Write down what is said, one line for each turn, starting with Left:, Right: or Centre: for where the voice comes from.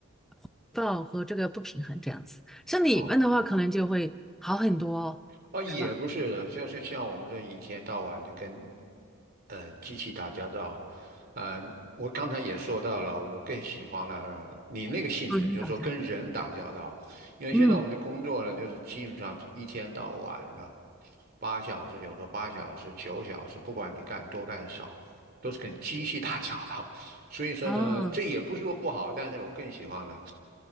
Centre: 回报和这个不平衡这样子。像你们的话，
Right: 哦，
Centre: 可能就会好很多哦，
Right: 啊，也不是的，
Centre: 是吧？
Right: 像像像我们这一天到晚的跟，呃，机器打交道，嗯、我刚才也说到了，我更喜欢了你那个性质，
Centre: 和人打交道，
Right: 就是说跟人打交道，因为现在我们的工作呢，
Centre: 嗯，
Right: 就是基本上一天到晚了，八小时，有时候八小时、九小时，不管你干多干少，都是跟机器 <laughs> 打交道，所以说呢，
Centre: 啊，
Right: 这也不是说不好，但是呢，我更喜欢了。